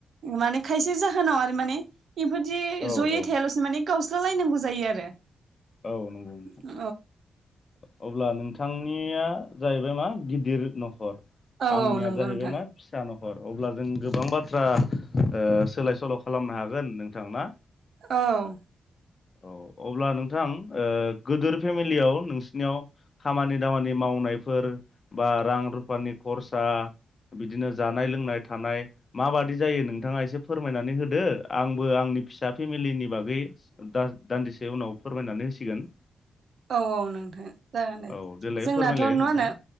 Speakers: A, on the right; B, on the left.
A: माने खायसे जाहोनाव आरो माने इफोरदि
B: औ
A: जयै
B: औ
A: थायालासिनो माने गावस्रा लायनांगौ जायो आरो
B: औ नंगौ नोंथां
A: औ
B: अब्ला नोंथां निया जाहैबाय मा गिदिर न'खर
A: औ
B: आंनिया
A: औ नंगौ
B: जाहैबाय
A: नोंथां
B: मा फिसा न'खर अब्ला जों गोबां बाथ्रा ओ सोलाय सोल' खालामनो हागोन नोंथां ना
A: औ
B: औ अब्ला नोंथां ओ गोदोर फेमिलियाव नोंसिनियाव खामानि दामानि मावनायफोर बा रां रुफानि खरसा बिदिनो जानाय लोंनाय थानाय माबादि जायो नोंथाङा एसे फोरमायनानै होदो आंबो आंनि फिसा फेमिलिनि बागै दा - दान्दिसे उनाव फोरमायनानै होसिगोन
A: औ औ नोंथां जागोन दे
B: औ देलाय
A: जोंनाथ'
B: फोरमायलाय
A: नुवा
B: नोंथां
A: होनो